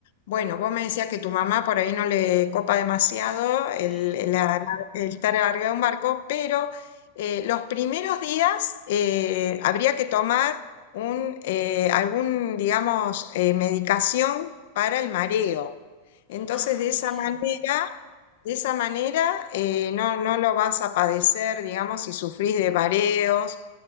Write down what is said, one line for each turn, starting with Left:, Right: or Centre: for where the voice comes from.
Left: Bueno, vos me decías que tu mamá por ahí no le copa demasiado
Centre: Sí.
Left: el, el a- el estar arriba de un barco, pero eh, los primeros días eh, habría que tomar un, eh, algún, digamos, eh, medicación para el mareo. Entonces,
Centre: Ah,
Left: de esa
Centre: bien.
Left: manera, de esa manera eh, no, no lo vas a padecer, digamos, si sufrís de mareos,